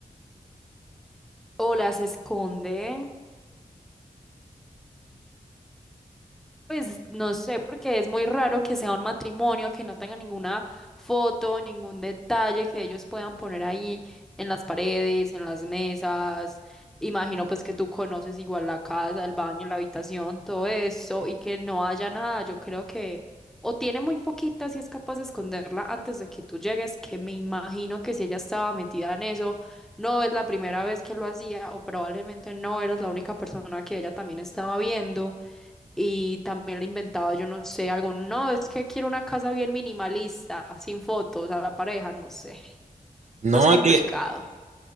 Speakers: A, in the centre; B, on the right.
A: O las esconde. Pues no sé, porque es muy raro que sea un matrimonio, que no tenga ninguna foto, ningún detalle que ellos puedan poner ahí en las paredes, en las mesas. Imagino pues que tú conoces igual la casa, el baño, la habitación, todo eso, y que no haya nada. Yo creo que o tiene muy poquita si es capaz de esconderla antes de que tú llegues, que me imagino que si ella estaba metida en eso, no es la primera vez que lo hacía o probablemente no eres la única persona que ella también estaba viendo. Y también le inventaba, yo no sé, algo no, es que quiero una casa bien minimalista, sin fotos a la pareja, no sé.
B: No,
A: Eso es complicado.
B: es que